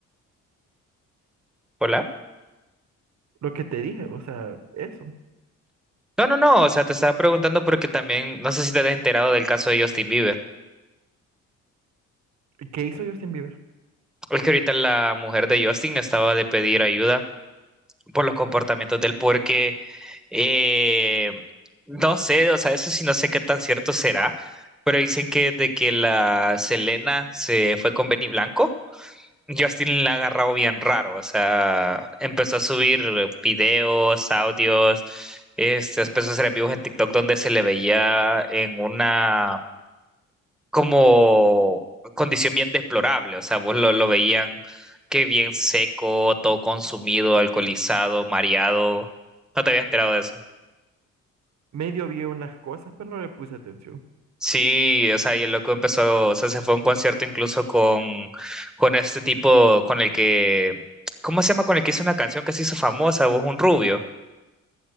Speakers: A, in the centre; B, on the right.
A: hola.
B: lo que te dije, o sea, eso.
A: No, no, no, o sea, te estaba preguntando porque también, no sé si te has enterado del caso de Justin Bieber.
B: ¿Y ¿Qué hizo Justin Bieber?
A: Es que ahorita la mujer de Justin estaba de pedir ayuda por los comportamientos del porque eh, no sé, o sea, eso sí no sé qué tan cierto será, pero dicen que de que la Selena se fue con Benny Blanco, Justin la ha agarrado bien raro, o sea, empezó a subir videos, audios, este, empezó a hacer en vivos en TikTok donde se le veía en una como condición bien deplorable, o sea, vos lo, lo veían que bien seco, todo consumido, alcoholizado, mareado. No te habías enterado de eso.
B: Medio vi unas cosas, pero no le puse atención.
A: Sí, o sea, y el loco empezó, o sea, se fue a un concierto incluso con, con este tipo, con el que, ¿cómo se llama? Con el que hizo una canción que se hizo famosa, vos un rubio.